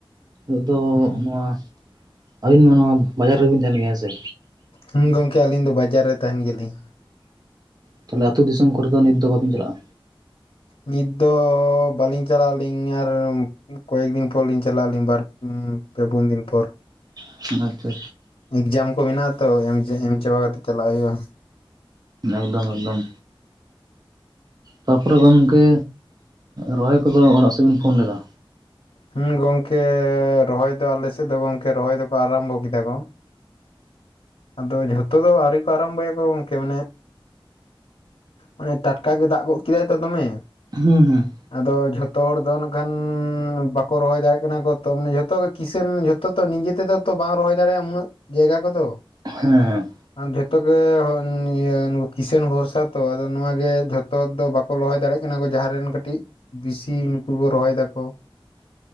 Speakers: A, on the right; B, on the left.
A: ᱱᱤᱛ ᱫᱚ
B: ᱦᱩᱸ
A: ᱚᱱᱟ ᱟᱹᱵᱤᱱ ᱢᱟ ᱱᱚᱣᱟ ᱵᱟᱡᱟᱨ ᱨᱮᱵᱮᱱ ᱛᱟᱦᱮᱱ ᱜᱮᱭᱟ ᱦᱮᱸ ᱥᱮ?
B: ᱦᱩᱸ ᱜᱚᱝᱠᱮ ᱟᱹᱞᱤᱧ ᱫᱚ ᱵᱟᱡᱟᱨ ᱨᱮ ᱛᱟᱦᱮᱱ ᱜᱮᱭᱟᱞᱤᱧ᱾
A: ᱚ, ᱛᱚᱵᱮ ᱟᱛᱳ ᱫᱤᱥᱚᱢ ᱠᱚᱨᱮ ᱫᱚ ᱱᱤᱛ ᱫᱚ ᱵᱟᱵᱤᱱ ᱪᱟᱞᱟᱜ-ᱟ?
B: ᱱᱤᱛ ᱫᱚ ᱵᱟᱹᱞᱤᱧ ᱪᱟᱞᱟᱜ-ᱟᱹᱞᱤᱧ ᱟᱨ ᱠᱚᱭᱮᱠ ᱫᱤᱱ ᱯᱚᱨ ᱞᱤᱧ ᱪᱟᱞᱟᱜ ᱟᱹᱞᱤᱧ ᱵᱟᱨ, ᱯᱮ, ᱯᱩᱱ, ᱫᱤᱱ ᱯᱚᱨ᱾
A: ᱟᱪᱪᱷᱟ ᱟᱪᱪᱷᱟ᱾
B: ᱮᱠᱡᱟᱢ ᱠᱚ ᱢᱮᱱᱟᱜ-ᱟ ᱛᱚ ᱮᱢ, ᱮᱢ ᱪᱟᱵᱟ ᱠᱟᱛᱮ ᱪᱟᱞᱟᱜ ᱦᱩᱭᱩᱜ-ᱟ᱾
A: ᱮᱠᱫᱚᱢ ᱮᱠᱫᱚᱢ᱾ ᱛᱟᱯᱚᱨᱮ ᱜᱚᱝᱠᱮ ᱨᱚᱦᱚᱭ ᱠᱚᱫᱚ ᱚᱲᱟᱜ ᱥᱮᱫ ᱵᱮᱱ ᱯᱷᱳᱱ ᱞᱮᱫᱟ?
B: ᱦᱩᱸ ᱜᱚᱝᱠᱮ ᱨᱚᱦᱚᱭ ᱫᱚ ᱟᱞᱮ ᱥᱮᱫ ᱫᱚ ᱜᱚᱝᱠᱮ ᱨᱚᱦᱚᱭ ᱫᱚᱠᱚ ᱟᱨᱟᱢᱵᱚ ᱠᱮᱫᱟ ᱠᱚ᱾ ᱟᱫᱚ ᱡᱷᱚᱛᱚ ᱫᱚ ᱟᱹᱣᱨᱤ ᱠᱚ ᱟᱨᱟᱢᱵᱚᱭᱟ ᱠᱚ ᱜᱚᱝᱠᱮ ᱢᱟᱱᱮ᱾ ᱟᱱᱮ ᱴᱟᱴᱠᱟ ᱜᱮ ᱫᱟᱜ ᱜᱚᱫ ᱠᱮᱫᱟᱭ ᱛᱚ ᱫᱚᱢᱮᱼᱼ
A: ᱦᱩᱸ-ᱦᱩᱸ
B: ᱟᱫᱚ ᱡᱷᱚᱛᱚ ᱦᱚᱲ ᱫᱚ ᱱᱟᱜ ᱠᱷᱟᱱᱻ ᱵᱟᱠᱚ ᱨᱚᱦᱚᱭ ᱫᱟᱲᱮᱭᱟᱜ ᱠᱟᱱᱟ ᱠᱚ ᱢᱟᱱᱮ ᱡᱷᱚᱛᱚ ᱜᱮᱼᱼ ᱠᱤᱥᱟᱹᱱ ᱡᱷᱚᱛᱚ ᱛᱚ ᱱᱤᱡᱮ ᱛᱮᱫᱚ ᱛᱚ ᱵᱟᱝ ᱨᱚᱦᱚᱭ ᱫᱟᱲᱮᱭᱟᱜ-ᱟ ᱩᱱᱟᱹᱜ ᱡᱟᱭᱜᱟ ᱠᱚᱫᱚ᱾
A: ᱦᱩᱸ
B: ᱟᱨ ᱡᱷᱚᱛᱚ ᱜᱮ ᱦᱚᱱ ᱤᱭᱟᱹ ᱠᱤᱥᱟᱹᱱ ᱵᱷᱳᱨᱥᱼᱼ ᱛᱚ ᱟᱫᱚ ᱱᱚᱣᱟ ᱜᱮ ᱡᱷᱚᱛᱚ ᱫᱚ ᱵᱟᱠᱚ ᱞᱚᱦᱚᱭ ᱫᱟᱲᱮᱭᱟᱜ ᱠᱟᱱᱟ ᱠᱚ ᱡᱟᱦᱟᱸ ᱨᱮᱱ ᱠᱟᱹᱴᱤᱡᱼᱼ ᱵᱤᱥᱤ ᱱᱩᱠᱩ ᱠᱚ ᱨᱚᱦᱚᱭ ᱫᱟ ᱠᱚ᱾